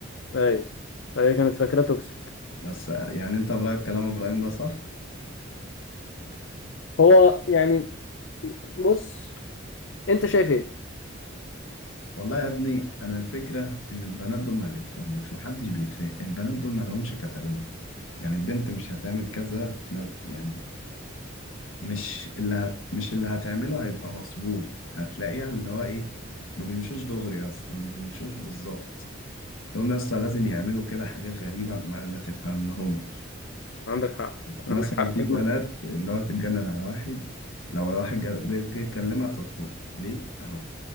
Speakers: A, on the left (about 65°); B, on the left (about 80°).
A: ايوه فهي كانت فاكره توكسيك
B: بس يعني أنت برأيك كلام إبراهيم ده صح؟
A: هو يعني بص انت شايف ايه
B: والله يا ابني أنا الفكرة إن البنات دول ما بيتفهموش محدش بيتفهم البنات دول ما لهمش كتالوج يعني البنت مش هتعمل كذا في نت يعني مش اللي هت... مش اللي هتعمله هيبقى مظبوط هتلاقيه اللي هو ايه ما بيمشوش دغري اصلا ما بيمشوش بالظبط هم اصلا لازم يعملوا كده حاجات غريبة ما, ما تفهم لهم
A: عندك حق
B: مثلا
A: عندك حق
B: في
A: فعلا
B: بنات اللي هو تتجنن على واحد لو واحد جا- جه يكلمها ترفضه ليه؟ اهو